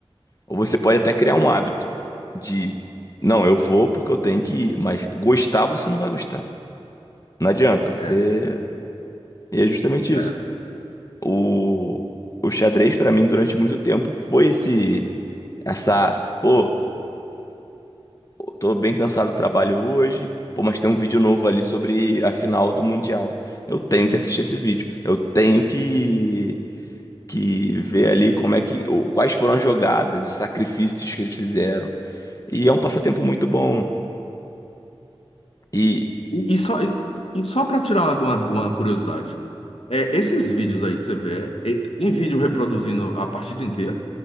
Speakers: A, on the left; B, on the left.
A: Ou você pode até criar um hábito de, não, eu vou porque eu tenho que ir, mas gostar você não vai gostar. Não adianta, você.
B: É.
A: E é justamente
B: É.
A: isso. O, o xadrez, pra mim, durante muito tempo, foi esse, essa, pô, tô bem cansado do trabalho hoje, pô, mas tem um vídeo novo ali sobre a final do Mundial. Eu tenho que assistir esse vídeo. Eu tenho que, que ver ali como é que, o- quais foram as jogadas, os sacrifícios que eles fizeram. E é um passatempo muito bom. E
B: E e só, e e só para tirar uma, de uma, de uma curiosidade, é, esses vídeos aí que você vê, é, tem vídeo reproduzindo a partida inteira?